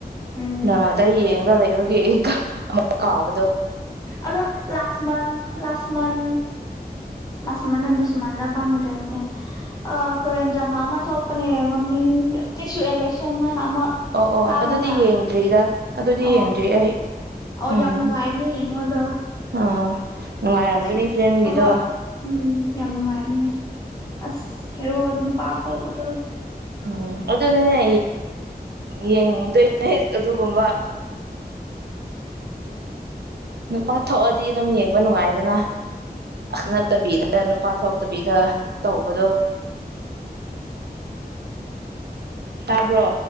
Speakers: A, on the left; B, on the right.
A: ꯎꯝ
B: ꯅꯃꯥꯇ ꯌꯦꯡꯒ ꯂꯩꯕꯒꯤꯒ ꯑꯃꯨꯛ ꯀꯥꯎꯕꯗꯣ
A: ꯑꯗꯣ ꯂꯥꯁꯃꯟ ꯂꯥꯁꯃꯟ ꯑꯁꯃꯥꯟꯅ ꯗꯤꯁꯃꯥꯟꯗ ꯀꯪꯗ꯭ꯔꯦꯅꯤꯍꯦ ꯑ ꯀꯔꯦꯟꯗ꯭ꯔ ꯃꯥꯃ ꯊꯣꯛꯄꯅꯦ ꯃꯃꯤ ꯀ ꯏꯂꯦꯛꯁꯟ ꯍ ꯑꯃ
B: ꯑꯣ ꯑꯣ
A: ꯇꯥꯕ꯭ꯔꯅ
B: ꯑꯗꯨꯗꯤ ꯌꯦꯡꯗ꯭ꯔꯤꯗ ꯑꯗꯨꯗꯤ
A: ꯑꯣ
B: ꯌꯦꯡꯗ꯭ꯔꯤ ꯑꯩ
A: ꯑꯣ
B: ꯎꯝ
A: ꯌꯥꯝ ꯅꯨꯡꯉꯥꯏꯕꯅꯦ ꯌꯦꯡꯉꯣꯗꯣ
B: ꯑꯥ ꯅꯨꯡꯉꯥꯏꯔꯝꯒꯅꯤ
A: ꯑꯩꯗꯤ
B: ꯐꯤꯂꯝꯒꯤꯗꯣ
A: ꯍꯣꯏ ꯎꯝ ꯌꯥꯝ ꯅꯨꯡꯉꯥꯏꯔꯅꯦ ꯑꯁ ꯍꯔꯣ ꯑꯗꯨꯅ ꯄꯊ ꯍꯕꯗ
B: ꯎꯝ ꯑꯗꯨꯅꯤꯅꯦ ꯌꯦꯡꯗꯣꯏꯅꯦ ꯑꯗꯨꯒꯨꯝꯕ
A: ꯍ <inaudible>
B: ꯅꯨꯄꯥ ꯊꯣꯛꯑꯗꯤ ꯑꯗꯨꯝ ꯌꯦꯡꯕ ꯅꯨꯡꯉꯥꯏꯗꯅ ꯅꯠꯇꯕꯤꯗ ꯅꯨꯄꯥ ꯊꯣꯛꯇꯕꯤꯗ ꯇꯧꯕꯗꯣ ꯇꯥꯕ꯭ꯔꯣ